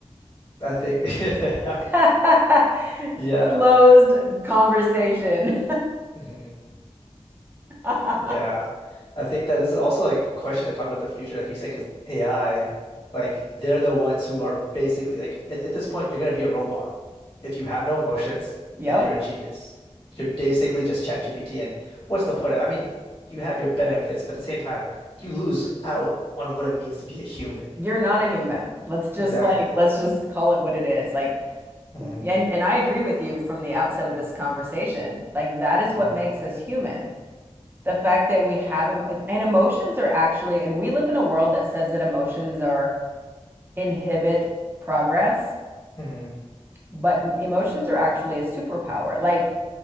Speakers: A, on the left; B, on the right.
A: I think <laughs> yeah.
B: <laughs>
A: Yeah.
B: Closed conversation.
A: hmm
B: <laughs> I'm,
A: Yeah. I think that this is also like a question to talk about the future, like you said, because AI, like they're the ones who are basically like at, at this point, you're gonna be a robot if you have no emotions
B: yep,
A: and you're a genius. You're basically just ChatGPT, and what's the point? of, I mean, you have your benefits, but at the same time, you lose out on what it means to be a human.
B: you're not a human. Let's just
A: Exactly.
B: like, let's just call it what it is. Like,
A: hmm
B: and, and I agree with you from the outset of this conversation. Like, that is
A: hmm
B: what makes us human. The fact that we have, emo and emotions are actually, and we live in a world that says that emotions are inhibit progress,
A: hmm
B: but m- emotions are actually a superpower. Like,